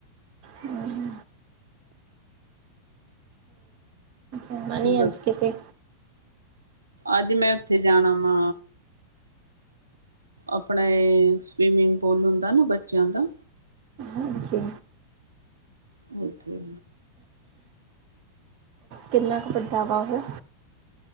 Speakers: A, on the right; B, on the right.
A: ਹਮ। ਮ ਨਹੀਂ,
B: ਦੱਸ
A: ਅੱਜ ਕਿ ਤੇ
B: ਅੱਜ ਮੈਂ, ਉੱਥੇ ਜਾਣਾ ਵਾ ਆਪਣੇ, ਇਹ ਸਵੀਮਿੰਗ ਪੂਲ ਹੁੰਦਾ ਨਾ ਬੱਚਿਆਂ ਦਾ
A: ਹਾਂਜੀ।
B: ਉੱਥੇ
A: ਕਿੰਨਾ 'ਕੁ, ਵੱਡਾ ਬਾਬੂ?